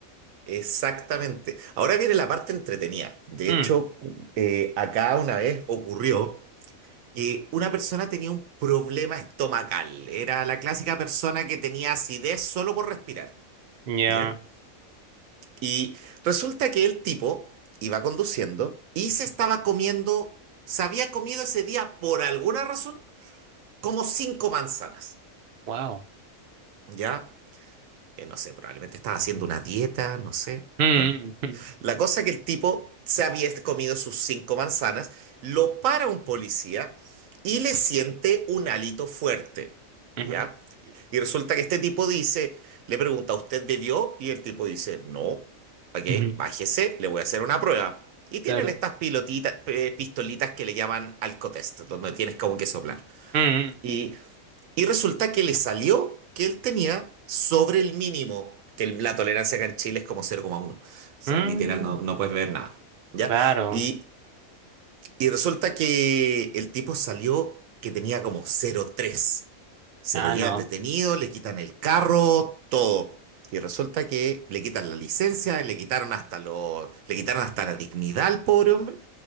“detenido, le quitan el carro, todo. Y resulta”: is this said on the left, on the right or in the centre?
Right